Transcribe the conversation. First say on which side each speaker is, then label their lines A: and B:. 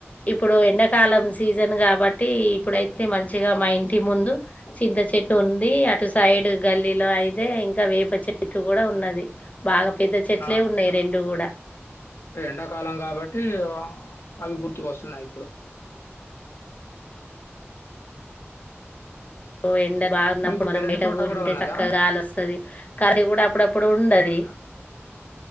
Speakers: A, on the left; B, on the left.
A: ఇప్పుడు ఎండాకాలం సీజన్ కాబట్టి ఇప్పుడైతే మంచిగా మా ఇంటి ముందు చింత చెట్టు ఉంది అటు సైడ్ గల్లీలో అయితే ఇం ఇ వేప చెట్టు కూడా ఉన్నది బాగా పెద్ద చెట్లే
B: ఆ!
A: ఉన్నాయి రెండు కూడా
B: అంటే ఎండాకాలం కాబట్టి అవి గుర్తు వస్తున్నా ఇప్పుడు
A: ఓ ఎండ బాగున్నప్పుడు
B: మీకు
A: మనం
B: పెరటి
A: బయట
B: తోట
A: కూర్చుంటే
B: గూడా ఉన్నదా?
A: చక్కగా గాలి వస్తుది కర్రీ కూడా అప్పుడప్పుడు ఉండది